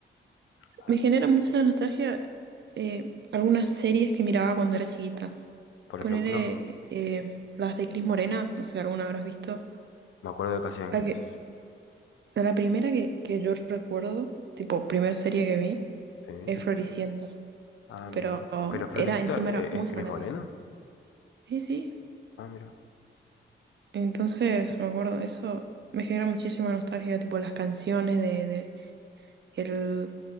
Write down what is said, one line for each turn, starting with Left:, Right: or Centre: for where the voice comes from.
Left: Ah,
Right: Me genera mucha nostalgia eh, algunas series que miraba cuando era chiquita.
Left: Por
Right: Poner
Left: ejemplo,
Right: las de Cris Morena, no sé, alguna habrás visto.
Left: me acuerdo de Casi Ángeles,
Right: La que, la primera que, que yo recuerdo, tipo, primera serie que vi,
Left: ¿sí?
Right: es Floricienta.
Left: Ah,
Right: Pero
Left: mira. Pero Floricienta
Right: era, encima
Left: eh,
Right: era muy
Left: es Cris
Right: fanática.
Left: Morena.
Right: Sí, sí.
Left: Ah, mira.
Right: Entonces, me acuerdo, eso me genera muchísima nostalgia, tipo las canciones de, de el,